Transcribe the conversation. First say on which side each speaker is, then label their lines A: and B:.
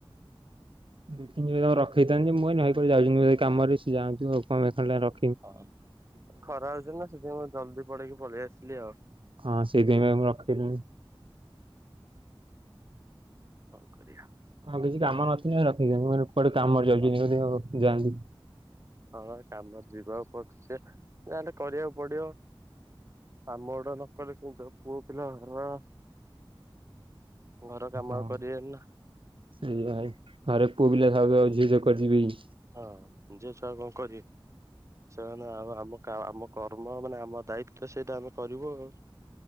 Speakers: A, on the right (about 70°); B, on the right (about 30°).
A: ଦେଖିଲି ଯେମିତି ରଖେଇଥାନ୍ତି ଯେ, ମୁଁ କହିଲି ଭାଇ କୁଆଡେ ଯାଉଛନ୍ତି ଭାଇ କାମରେ ସେ ଯାଆନ୍ତୁ। କଣ ପାଇଁ ଖାଲିଟାରେ ର-
B: ହଁ ଏ ଖରା ହଉଛି ନା, ସେଥିପାଇଁ ମୁଁ ଜଲଦି ପଳେଇକି ପଳେଇ ଆସିଲି ଆଉ।
A: ହଁ ସେଇଥିପାଇଁ ବା ମୁଁ ରଖିଲିନି।
B: କଣ କରିଆ?
A: କଣ କିଛି କାମ ନଥିଲେ ରଖିଦିଅନ୍ତି, ମୁଁ କହିଲି କୁଆଡେ କାମରେ ଯାଉଚନ୍ତି
B: ହଁ।
A: ବୋଧେ ଯାଆନ୍ତୁ।
B: ହଁ କାମରେ ଯିବାକୁ ପଡୁଚି ଯେ, ଯାହେଲେ କରିବାକୁ ପଡିବ। କାମ ଗୁଡା ନକଲେ କେମିତି ହବ, ପୁଅ ପିଲା ଘରର। ଘର କାମ
A: ହଁ
B: ଆଉ କରିବାନି ନା।
A: ସେଇଆ ଭାଇ ଘରେ ପୁଅ ପିଲା ଥାଉ ଥାଉ, ଝିଅ ଛୁଆ କୁଆଡେ ଯିବେ କି?
B: ହଁ ଝିଅ ଛୁଆ କଣ କରିବେ? ସେମାନେ ଆଉ ଆମ ଆମ କର୍ମ, ମାନେ ଆମ ଦାୟିତ୍ୱ ସେଇଟା ଆମେ କରିବୁ ଆଉ।